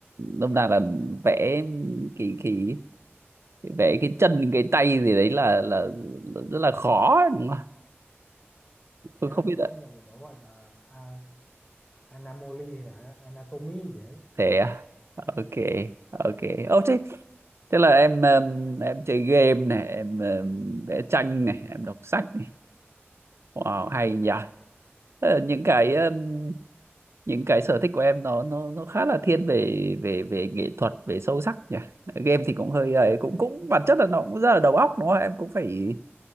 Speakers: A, on the right; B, on the left.
A: nôm na là vẽ kỳ kỳ vẽ cái chân cái tay gì đấy là là, là rất là khó ấy, đúng không?
B: nếu
A: Tôi không
B: em
A: biết
B: nhớ
A: ạ.
B: không nhầm thì nó gọi là a- anamoli hay là anatomy gì đấy
A: Thế
B: Ờ,
A: à? Ok, ok. Ô thế thế là em em, em chơi game này, em, em vẽ tranh này, em đọc sách này. Wow, hay nhỉ. Thế là những cái
B: vâng,
A: em, những cái sở thích của em nó nó nó khá là thiên về về về nghệ thuật, về sâu sắc nhỉ. Game thì cũng hơi ấy, cũng cũng bản chất là nó cũng rất là đầu óc đúng không? Em cũng phải